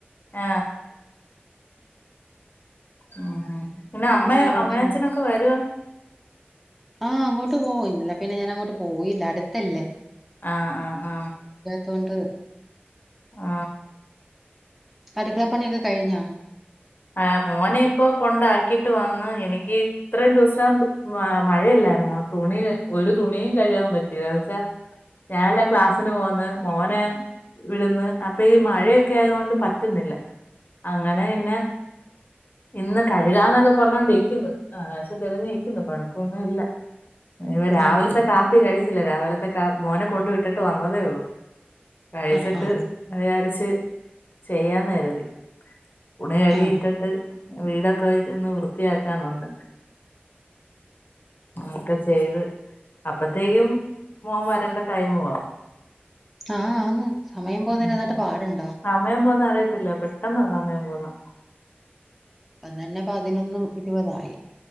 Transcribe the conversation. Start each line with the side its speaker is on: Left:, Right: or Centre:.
Left: ആ ഉം ഹും പിന്നെ അമ്മ
Centre: അങ്ങനെ ഒരു
Left: അമ്മയച്ഛനൊക്കെ
Centre: വിഷയം
Left: വരോ
Centre: ആ അങ്ങോട്ട് പോവും ഇന്നല്ല പിന്നെ ഞാൻ അങ്ങോട്ട് പോയില്ല അടുത്തല്ലേ?
Left: ആ ആ ആ
Centre: തൊണ്ട്
Left: ആ
Centre: അടുക്കളപ്പണിയൊക്കെ കഴിഞ്ഞാ?
Left: ആ മോനെ ഇപ്പോ കൊണ്ടാക്കിയിട്ട് വന്ന് എനിക്ക് ഇത്രയും ദിവസം മഴയില്ല. ല്ലായിരുന്നു. തുണി ഒരു തുണിയും കഴ്കാൻ പറ്റിയില്ല ന്ന് വച്ചാ ഞാനല്ല ക്ലാസ്സിന് പോകന്ന് മോനെ വിടുന്ന് അപ്പൊ ഈ മഴയൊക്കെ ആയതോണ്ട് പറ്റുന്നില്ല. ഇല്ല അങ്ങനെ പിന്നെ ഇന്ന് കഴുകാന്നൊക്കെ പറഞ്ഞോണ്ട് ഇരിക്കുന്നു. ആകാശം തെളിഞ്ഞിരിക്കുന്നു കൊഴപ്പൊന്നുല്ല. ഇനി വ രാവിലത്തെ
Centre: ആ ആ
Left: കാപ്പി കഴിച്ചില്ല. രാവിലത്തെ കാ മോനെ കൊണ്ട് വിട്ടിട്ട് വന്നതേ ഉള്ളു. കഴിച്ചിട്ട്
Centre: ആ ആ ആ
Left: വിചാരിച്ച് ചെയ്യാന്ന് കരുതി. ഉണയഴിയിട്ടിട്ട്
Centre: ആ
Left: വീടൊക്കെ ഒന്ന് വൃത്തിയാക്കാനുണ്ട്. ഒക്കെ ചെയ്ത് അപ്പത്തേക്കും മോൻ വരേണ്ട ടൈ മാവു
Centre: ആ ആ ആന്ന് സമയം പോകുന്നതിന്
Left: ഉ
Centre: ഏതാണ്ട് പാടുണ്ടോ
Left: സമയം പോന്ന അറിയത്തില്ല പെട്ടെന്ന സമയ പോവന്നേ
Centre: അന്ന തന്നെ പതിനൊന്നും ഇരുപതായി.